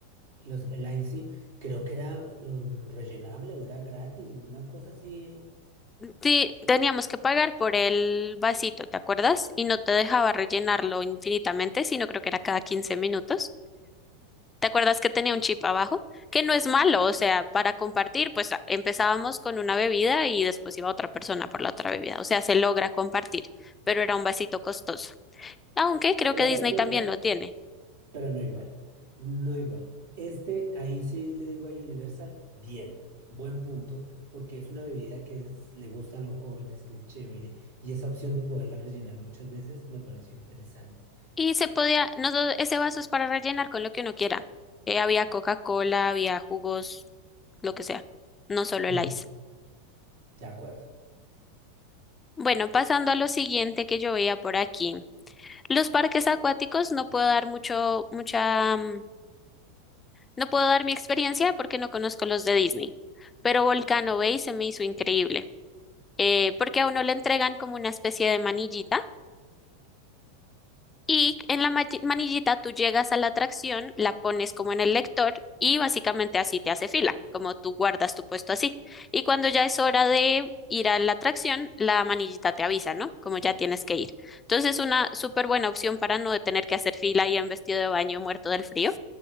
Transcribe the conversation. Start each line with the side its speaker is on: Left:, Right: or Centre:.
Right: los, el IC, creo que era mm, rellenable o era gratis, una cosa así,
Left: Sí, teníamos que pagar por el vasito, ¿te acuerdas? Y no te dejaba rellenarlo infinitamente, sino creo que era cada 15 minutos. ¿Te acuerdas que tenía un chip abajo? Que no es malo, o sea, para compartir, pues a- empezábamos con una bebida y después iba otra persona por la otra bebida. O sea, se logra compartir, pero era un vasito costoso. Aunque creo
Right: pero
Left: que
Right: date
Left: Disney
Right: cuenta,
Left: también lo tiene.
Right: pero no igual, no igual. Este, ahí sí le digo a Universal, bien, buen punto, porque es una bebida que es- le gusta a los jóvenes, que es chévere, y esa opción de poderla rellenar muchas veces me pareció interesante.
Left: Y se podía, no, do- ese vaso es para rellenar con lo que uno quiera. Eh, había Coca-Cola, había jugos, lo que sea, no solo
Right: Mm,
Left: el ice.
Right: de acuerdo.
Left: Bueno, pasando a lo siguiente que yo veía por aquí. Los parques acuáticos no puedo dar mucho, mucha, mm, no puedo dar mi experiencia porque no conozco los de Disney. Pero Volcano Bay se me hizo increíble, eh, porque a uno le entregan como una especie de manillita. Y en la ma- manillita tú llegas a la atracción, la pones como en el lector y básicamente así te hace fila, como tú guardas tu puesto así. Y cuando ya es hora de ir a la atracción, la manillita te avisa, ¿no? Como ya tienes que ir. Entonces es una súper buena opción para no tener que hacer fila y en vestido de baño muerto del frío